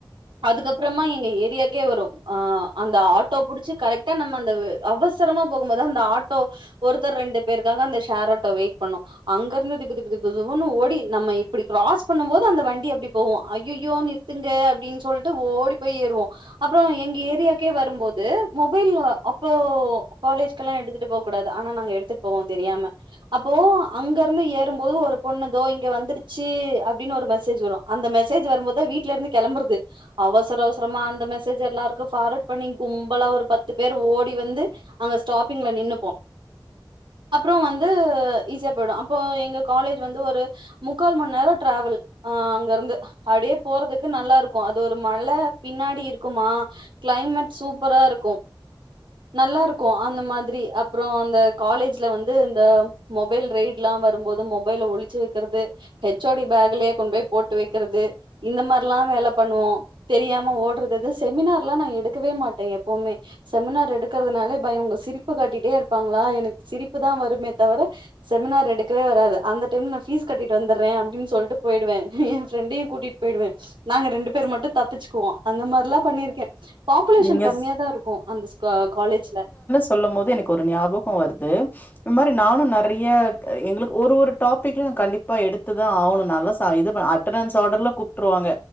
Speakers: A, on the right; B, on the left.
A: அதுக்கப்றமா எங்க ஏரியாக் ஆ அந்த ஆட்டோ புடிச்சு கரெக் டு நம்ம வ் அவசரமா போகும்போதா அந்த ஆட்டோ ஒருத்தர் ரெண்டு பேருக்காக அந்த ஷேர் ஆட்டோ வெயிட் பண்ணு அங்கர்ந்து திபு திபு திபு திபுன்னு ஓடி நம்ம இப்டி க்ராஸ் பண்ணும் போது அந்த வண்டி அப்டி போவு ஐயையோ நிற் த்துங்க அப்டின் சொல்ட்டு ஓடி போய் ஏறுவோ அப்றோ எங்க ஏரியாக்கே வரும்போது மொபைல் அப்போ காலேஜ் க்லா எடுத்துட்டு போக் கூடாது ஆனா நாங்க எடுத்துட் போவோ தெரியாம அப்போ அங்கர்ந்து ஏறும்போது ஒரு பொண்ணு தோ இங்க வந்துருச்சி அப்டீனு ஒரு மெசேஜ் வரு அந்த மெசேஜ் வரும்போதா வீட்லேர்ந்து கெளம்புறது அவசர அவசரமா அந்த மெசேஜ் எல்லாருக்கு ஃபார்வட் பண்ணி கும்பலா ஒரு பத்து பேர் ஓடி வந்து அங்க ஸ்டாப்பிங்ல நின்னுப்போ அப்றோ வந் து ஈஸியா போய்டு அப்போ எங்க காலேஜ் வந்து ஒரு முக்கால் மண் நேரொ ட்ராவல் ஆ அங்கர்ந்து அவ்டியே போறதுக்கு நல்லா இருக்கு அது ஒரு மல பின்னாடி இருக்குமா கிளைமேட் சூப்பரா இருக்கு நல்லா இருக்கு அந்த மாதிரி அப்புறோ அந்த காலேஜ்ல வந்து இந்த மொபைல் ரைட்லா வரும்போது மொபைல ஒளிச்சு வைக்கிறது ஹெச் ஓ டி பேக்லயே கொண்டு போய் போட்டு வைக்கிறது இந்த மாதிரி எல்லா வேலை பண்ணுவோ தெரியாம ஓடுறது எது செமினார்லா நா எடுக்கவே மாட்டே எப்பவுமே செமினார் எடுக்கிறதுனாலே பயோ அவுங்க சிரிப்பு காட்டிட்டே இருப்பாங்களா எனக்கு சிரிப்பு தா வருமே தவிர செமினார் எடுக்கவே வராது அந்த டைம்ல நா ஃபீஸ் கட்டிட்டு வந்துடுறே அப்டின்னு சொல்லிட்டு போயிடுவே என் ஃப்ரெண்டையு கூட்டிட் பெய்டு வச் நாங்க ரெண்டு பேரு மட்டு தப்பிச்சுக்குவோ அந்த மாதரி எல்லா பண்ணிருக்கே பாப்புலேஷன்
B: நீங்க
A: கம்மியாக
B: ஸ்
A: தா இருக்கு அந்த ஸ்கா காலேஜ்ல
B: சொல்லம் போது எனக்கு ஒரு ஞாபகோ வருது இ மாதிரி நானு நெறையா எங்களுக்கு ஒரு ஒரு டாபிக்லயு கண்டிப்பா எடுத்துதா ஆகணு நால்லா சா இதுப அட் அட்டன்டன்ஸ் ஆடர்ல கூப்ட்ருவாங்க